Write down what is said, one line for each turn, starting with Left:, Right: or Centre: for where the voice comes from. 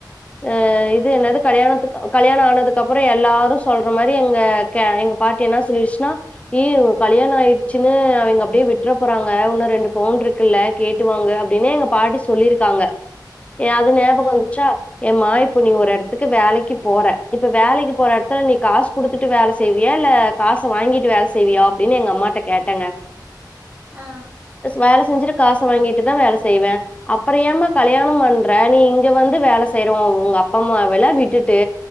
Left: அ இது என்னது கல்யாணத்துக்கு கல்யாண ஆனதுக்கு அப்றோ எல்லாரு சொல்ற மாரி எங்க எங்க பாட்டி என்ன சொல்லிச்சுனா ஏ கல்யாண ஆயிடுச்சுன்னு அவிங்க அப்டியே விட்ற போறாங்க உன்னு ரெண்டு பவுண் இருக் இல்ல கேட்டுவாங்கு அப்டின்னு எங்க பாட்டி சொல்லிருக்காங்க ஏ அது ஞாபகம்
Right: ம்
Left: வந்ச்சா
Right: ம்
Left: ஏ மக இப்ப நீ ஒரு இடத்துக்கு வேலைக்கு போறே இப்ப வேலைக்கு போற இடத்துல நீ காஸ் குடுத்துட்டு வேல செய்வியா இல்ல காஸ வாங்கிட்டு வேல செய்வியா அப்டின்னு எங்கம்மாட்ட கேட்டங்க
Right: ஆ
Left: வேல செஞ்சுட்டு காச வாங்கிட்டுதா வேல செய்வே அப்பற ஏம்மா கல்யாண பண்ற நீ இங்க வந்து வேல செய் செய்றோ உங்கப்பா அம்மாவல்லா விட்டுட்டு